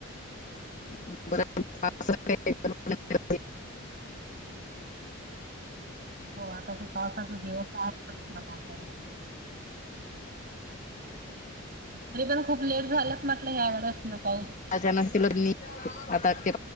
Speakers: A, on the left; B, on the right.
A: <unintelligible>
B: हो आता ते पावसाचे दिवस आहेच मलाता तरी पण खूप लेट झालंत म्हटलं ह आडच ना पाऊस
A: आ जन केलो न आता ते